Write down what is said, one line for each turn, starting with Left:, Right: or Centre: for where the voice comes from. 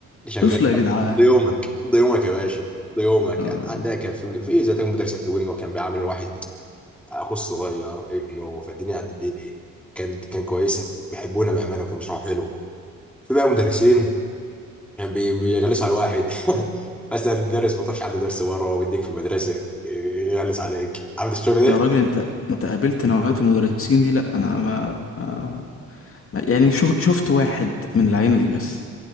Centre: شغال
Left: طفل يا جدعان
Centre: قضي يومك قضي يومك يا باشا قضي يومك
Left: آه...
Centre: يعني عندنا كان في في إيه، زي ده مدرسين حلوين هو كان بيعامل الواحد اخو الصغير ابنه فالدنيا عدت دي كان كان كويسه بيحبونا بامانه وكانوا بيشرحوا حلو في بقى مدرسين كان بي- بيغلسوا على الواحد <laughs> مثلا مدرس ما تعرفش عنده درس بره ويديك في المدرسه يغلس عليك عارف الشغل ده؟
Left: يا راجل انت انت قابلت نوعية المدرسين دي لا انا ما آه... يعني شوف... شفت واحد من العينة دي بس